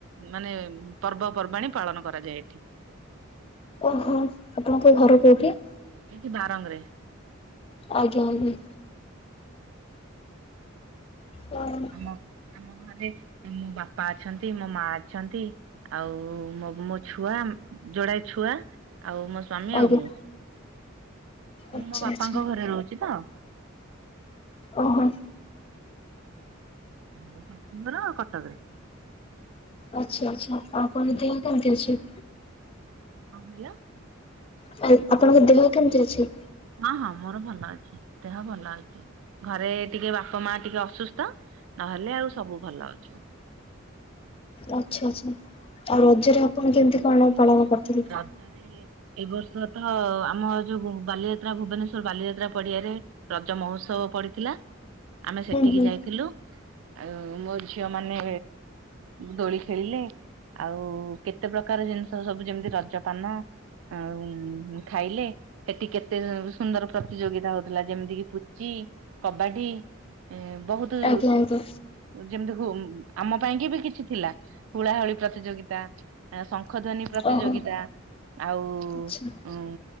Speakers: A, on the right; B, on the left.
A: ମାନେ ପର୍ବ ପର୍ବାଣୀ ପାଳନ କରାଯାଏ ଏଠି‌।
B: ଓ ହୋ ଆପଣଙ୍କ ଘର କେୋଉଠି‌।
A: ଏଇଠି ବାରଙ୍ଗ ରେ‌।
B: ଆଜ୍ଞା ଆଜ୍ଞା। କଣ।
A: ଆମ ଆମ ଘରେ ମୋ ବାପା ଅଛନ୍ତି ମୋ ମା ଅଛନ୍ତି। ଆଉ ମୋ ମୋ ଛୁଆ ଯୋଡାଏ ଛୁଆ ଆଉ ମୋ ସ୍ଵାମୀ
B: ଆଜ୍ଞା
A: ଆଉ ମୁଁ। ମୁଁ
B: ଆଚ୍ଛା
A: ମୋ ବାପାଙ୍କ
B: ଆଚ୍ଛା
A: ଘରେ ରହୁଛି ତ।
B: ଓ ହୋ।
A: ମୋ ଶାଶୁ ଘର କଟକ ରେ।
B: ଆଚ୍ଛା ଆଚ୍ଛା ଆଉ ଆପଣ ଙ୍କ ଦେହ କେମିତି ଅଛି?
A: କଣ କହିଲ?
B: କଇ ଆପଣଙ୍କ ଦେହ କେମିତି ଅଛି?
A: ହଁ ହଁ ମୋର ଭଲ ଅଛି ଦେହ ଭଲ ଅଛି। ଘରେ ଟିକେ ବାପା ମା ଟିକେ ଅସୁସ୍ଥ ନହେଲେ ଆଉ ସବୁ ଭଲ ଅଛୁ।
B: ଆଛା ଆଛା ଆଉ ରଜରେ ଆପଣ କେମିତି କଣ ପାଳନ କରିଥିଲେ?
A: ରଜରେ ଏ ବର୍ଷ ତ ଆମ ଯୋଉ ବାଲିଯାତ୍ରା ଭୁବନେଶ୍ଵର ବାଲିଯାତ୍ରା ପଡିଆରେ। ରଜ ମହୋତ୍ସବ ପଡିଥିଲା ଆମେ ସେଠିକି
B: ହୁଁ ହୁଁ
A: ଯାଇଥିଲୁ। ଆଉ ମୋ ଝିଅ ମାନେ ଦୋଳି ଖେଳିଲେ। ଆଉ କେତେ ପ୍ରକାର ଜିନିଷ ସବୁ ଯେମିତି ରଜପାନ। ଆଉ ଖାଇଲେ। ସେଠି କେତେ ସୁନ୍ଦର ପ୍ରତିଯୋଗିତା ହଉଥିଲା ଯେମିତି କିି ପୁଚି, କବାଡି। ଏ ବହୁତ
B: ଆଜ୍ଞା ଆଜ୍ଞା
A: ଯେମିତି ଆମ ପାଇଁ କି ବି କିଛି ଥିଲା ହୁଳାହୁଳି ପ୍ରତିଯୋଗିତା। ଶଙ୍ଖ ଧ୍ୱନି ପ୍ରତିଯୋଗିତା।
B: ଓହୋ
A: ଆଉ
B: ଆଚ୍ଛା।